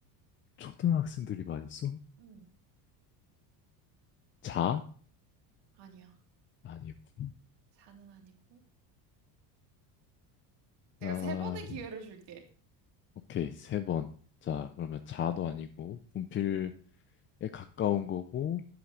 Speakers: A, on the left; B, on the right.
A: 초등학생들이 많이 써?
B: 음,
A: 자?
B: 아니야.
A: 아니고.
B: 자는 아니고. 내가
A: 아,
B: 세 번의 기회를 줄게.
A: 오케이. 세 번. 자, 그러면 자도 아니고, 분필 에 가까운 거고